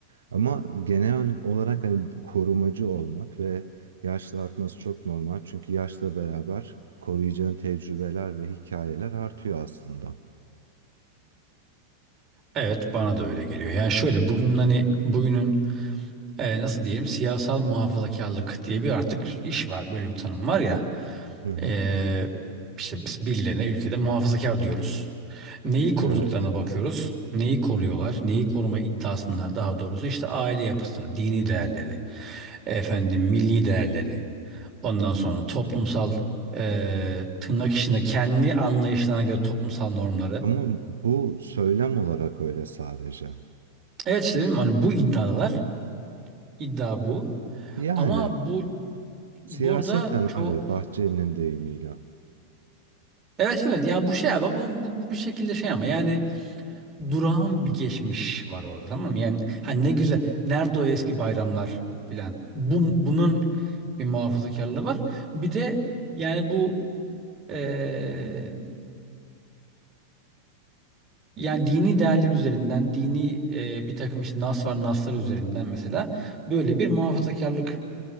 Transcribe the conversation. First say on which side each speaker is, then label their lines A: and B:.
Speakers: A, on the right (about 65°); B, on the right (about 25°).
A: Ama genel olarak hani korumacı olmak ve Yaşla artması çok normal çünkü yaşla beraber koruyacağın tecrübeler ve hikayeler artıyor aslında.
B: Evet bana da öyle geliyor. Yani şöyle bugünün hani bugünün e, nasıl diyelim siyasal muhafazakarlık diye bir artık iş var. Böyle bir tanım var ya.
A: Hı hı.
B: E, işte biz birilerine ülkede muhafazakar diyoruz. Neyi koruduklarına
A: Evet.
B: bakıyoruz. Neyi koruyorlar? Neyi koruma iddiasında daha doğrusu işte aile yapısını, dini değerleri, efendim milli değerleri. Ondan sonra toplumsal eee, tırnak içinde kendi anlayışlarına göre toplumsal normları.
A: Ama bu söylem olarak öyle sadece.
B: Evet işte dedim hani bu iddialar iddia bu
A: Yani
B: ama bu burada
A: siyaseten
B: çok
A: abi Bahçeli'nin deyimiyle.
B: evet evet yani bu şey abi bu, bu, bu bir şekilde şey ama yani durağan bir geçmiş var orada tamam mı? Yani hani ne güzel nerede o eski bayramlar filan bu, bunun bir muhafazakarlığı var bir de yani bu eee, Yani dini değerler üzerinden, dini e, bir takım işte nas var naslar üzerinden mesela böyle bir muhafazakarlık